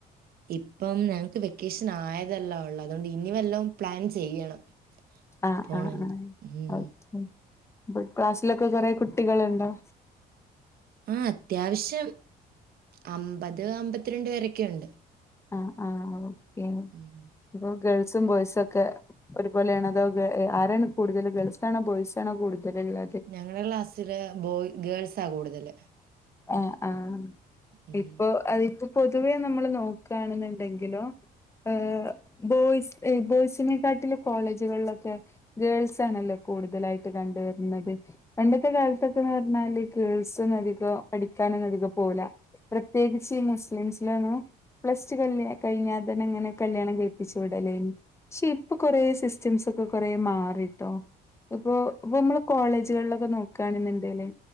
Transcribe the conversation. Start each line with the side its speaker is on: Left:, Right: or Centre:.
Right: ഇപ്പം ഞങ്ങക്ക് വെക്കേഷൻ ആയതല്ല ഒള്ള് അതുകൊണ്ട് ഇനി വല്ലൊം പ്ലാൻ ചെയ്യണം
Left: ആഹ്
Right: പോണോങ്കി.
Left: ആഹ് ആഹ്
Right: ഉം.
Left: ഓക്കെ അപ്പ ക്ലാസ്സിലൊക്കെ കൊറേ കുട്ടികളുണ്ടൊ
Right: ആഹ് അത്യാവശ്യം. അമ്പത് അമ്പത്തിര്രണ്ട് പേരൊക്കെണ്ട്
Left: ആഹ് ആഹ് ഓക്കെ
Right: ഉം.
Left: അപൊ ഗേൾസും ബോയ്സൊക്കെ ഒരുപോലെയാണ് അതൊ ആരാണ് കൂടുതല് ഗേൾസാണൊ ബോയ്സാണൊ കൂടുതല്ള്ള
Right: ഞങ്ങടെ ക്ലാസ്സില് ബോയ് ഗേൾസാ കൂടുതല്
Left: ആഹ് ആഹ്
Right: ഉം.
Left: ഇപ്പൊ അതിപ്പൊ പൊതുവേ നമ്മള് നോക്കാണ്ന്ന്ണ്ടെങ്കിലും ഏഹ് ബോയ്സ് ബോയ്സിനെക്കാട്ടിലു കോളേജ്കളിലൊക്കെ ഗേൾസ് ആണല്ലൊ കൂടുതലായിട്ട് കണ്ട് വരുന്നത് പണ്ടത്തെ കാലത്തൊക്കെന്ന് പർഞ്ഞാല് ഗേൾസൊന്നും അധികം പഠിക്കാനൊന്നും അധികം പോല പ്രത്യേകിച്ച് ഇ മുസ്ലിംസ്ലിലൊന്നും പ്ലസ് ടു കല് കഴ്ഞ്ഞാ തന്നെ ഇങ്ങനെ കല്യാണം കഴ്പ്പിച്ചുവിടലേന്നു പക്ഷെ ഇപ്പ കൊറേ സിസ്റ്റംസൊക്ക കൊറേ മാറിട്ടൊ ഇപ്പൊ ഇപ്പ നമ്മള് കോളേജ്കൾലൊക്ക നോക്കാണ്ന്ന്ണ്ടേല്